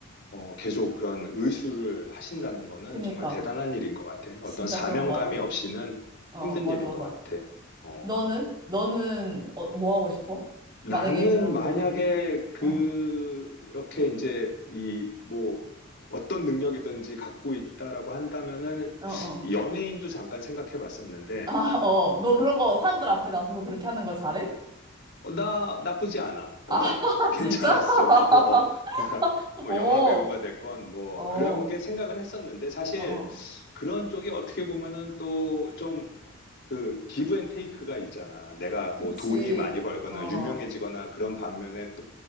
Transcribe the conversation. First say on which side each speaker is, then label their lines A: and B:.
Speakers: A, on the left; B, on the right.
A: 어, 계속 그런 의수를 하신다는 거는
B: 그니까.
A: 정말 대단한 일인 것 같아. 어떤
B: 진짜
A: 사명감이
B: 그런 것 같아.
A: 없이는
B: 어,
A: 힘든
B: 맞아,
A: 일인
B: 맞아.
A: 것 같아. 어.
B: 너는? 너는 어, 뭐 하고 싶어?
A: 나는
B: 만약에 그런
A: 만약에
B: 게 온다면?
A: 그렇게
B: 어,
A: 이제 이 뭐 어떤 능력이든지 갖고 있다라고 한다면은
B: 어, 어.
A: 연예인도 잠깐 생각해 봤었는데
B: 아, 어, 너 그런 거 사람들 앞에 나서서 그렇게 하는 거 잘해?
A: 어, 나 나쁘지 않아.
B: 아,
A: 어,
B: <laughs>
A: <laughs> 괜찮았어.
B: 진짜? <laughs>
A: 어, 나뭐
B: 어,
A: 영화 배우가 됐건 뭐
B: 어, 어,
A: 그런 게 생각은 했었는데 사실
B: 어,
A: 그런 쪽이 어떻게 보면은 또 좀 그 기브 앤 테이크가 있잖아. 내가
B: 그치.
A: 뭐 돈이 많이 벌거나
B: 어,
A: 유명해지거나 그런 반면에